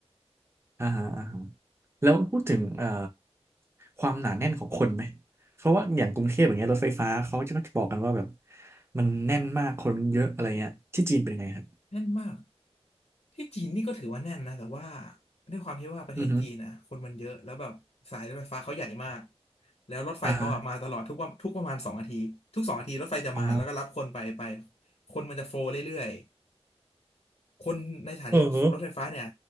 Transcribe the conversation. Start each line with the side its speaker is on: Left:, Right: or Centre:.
Right: อ่าฮะอ่าฮะ แล้วพูดถึงเอ่อความหนาแน่นของคนไหมเพราะว่าอย่างกรุงเทพอย่างเงี้ยรถไฟฟ้าเขาจะก็จะบอกกันว่าแบบมันแน่นมากคนมันเยอะอะไรเงี้ยที่จีนเป็นไงครับ
Left: แน่นมากที่จีนนี่ก็ถือว่าแน่นนะแต่ว่าด้วยความที่ว่าประเทศจีนนะคนมันเยอะแล้วแบบสายรถไฟฟ้าเขาใหญ่มาก
Right: อือฮึ
Left: แล้วรถไฟเขาอะมาตลอดทุกวันทุกประมาณสองนาทีทุกสองนาทีรถไฟจะมาแล้วก็รับคนไปไป
Right: อ่าฮะอ๋อ
Left: คนมันจะโฟลว์เรื่อย คนในสถานีรถไฟฟ้าเนี่ย
Right: เออฮะ